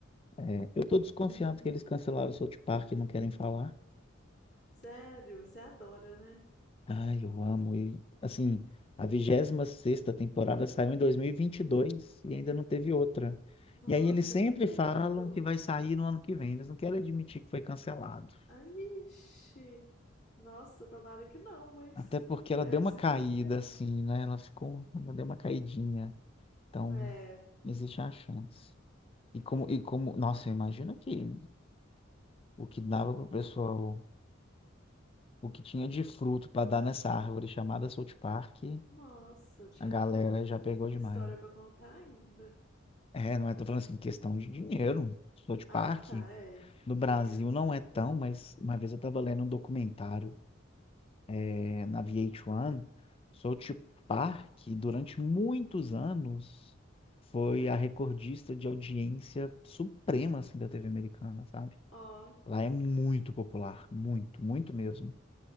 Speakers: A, on the left (about 30°); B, on the left (about 60°).
A: é, eu tô desconfiado
B: <laughs>
A: que eles cancelaram o South Park e não querem falar.
B: Sério, você adora, né?
A: Ai, eu amo. E, assim, a vigésima sexta temporada saiu em 2022 e vinte e dois e ainda não teve outra.
B: Nossa,
A: E aí eles sempre
B: já tem tempo.
A: falam que vai sair no ano que vem. Eles não querem admitir que foi cancelado.
B: Ai, ixi. Nossa, tomara que não, mas
A: Até porque ela
B: é
A: deu
B: de
A: uma
B: se
A: caída,
B: desconfiar.
A: assim, né? Ela ficou, ela deu uma caidinha. Então,
B: É,
A: existe a chance. E como, e como, nossa, imagina que o que dava pro pessoal, o que tinha de fruto para dar nessa árvore chamada South Park,
B: nossa, tinha
A: a galera
B: muita
A: já pegou demais.
B: história pra contar ainda.
A: É, não é, tô falando assim, questão de dinheiro. South
B: Ah,
A: Park,
B: tá, é.
A: no
B: Dinheiro
A: Brasil
B: com
A: não
B: certeza.
A: é tão, mas uma vez eu tava lendo um documentário é, na VH1, South Park, durante muitos anos, foi a recordista de audiência suprema, assim, da TV americana, sabe?
B: Ó,
A: Lá é muito popular, muito, muito mesmo.